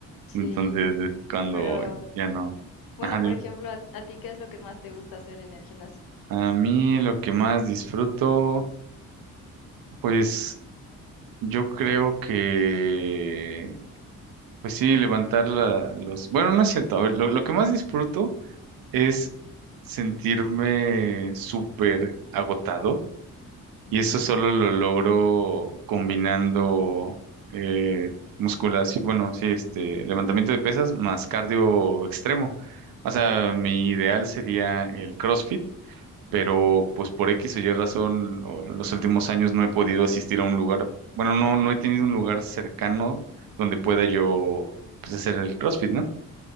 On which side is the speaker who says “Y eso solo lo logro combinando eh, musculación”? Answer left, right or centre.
Right